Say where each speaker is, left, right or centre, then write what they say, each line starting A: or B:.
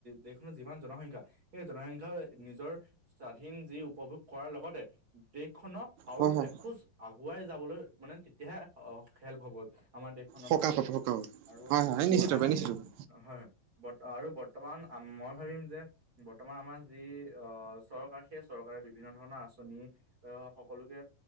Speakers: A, on the right (about 35°); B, on the right (about 80°).
A: দেশখনৰ যিমান জনসংখ্যা সেই জনসংখ্য নিজৰ স্বাধীন যি উপভোগ কৰাৰ লগতে দেশখনক আৰু
B: হয় হয়
A: এখোজ আগুৱাই যাবলৈ মানে তেতিয়াহে খেল্প হ'বল আমাৰ দেশখনৰ
B: সকাহ
A: ভালৰ
B: পাব
A: পৰা
B: সকাহ পাব
A: আৰু
B: হয় হয় নিশ্চিত
A: মই ভাবিম
B: ৰূপে নিশ্চিত ৰূপে
A: হয় বৰ্ত আৰু বৰ্তমান মই ভাবিম যে বৰ্তমান আমাৰ যি অ চৰকাৰ সেই চৰকাৰে বিভিন্ন ধৰণৰ আঁচনি আহ সকলোকে